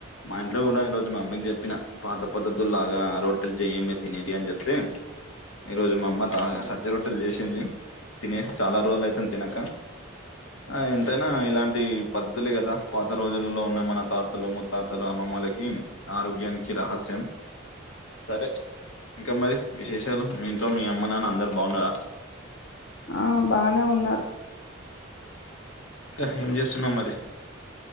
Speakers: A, on the left; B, on the left.
A: మా ఇంట్లో కూడా ఈరోజు మా అమ్మకి చెప్పిన పాత పద్ధతుల్ లాగా రొట్టెలు చెయ్య మీ తినేటి అని చెప్తే ఈ రోజు మా అమ్మ రాగా సజ్జ రొట్టెలు చేసింది తినేసి చాలా రోజులు అయితుంది తినక ఆ ఎంతైనా ఇలాంటి పద్ధతులే కదా పాత రోజులలో ఉన్న మన తాతలు ముత్తాతలు అమ్మమ్మళకి ఆరోగ్యానికి రహస్యం సరే ఇంకా మరి విశేషాలు మీ ఇంట్లో మీ అమ్మ నాన్న అందరు బాగున్నారా
B: ఆ బానే ఉన్నారు
A: ఇంక ఏం చేస్తున్నావ్ మరి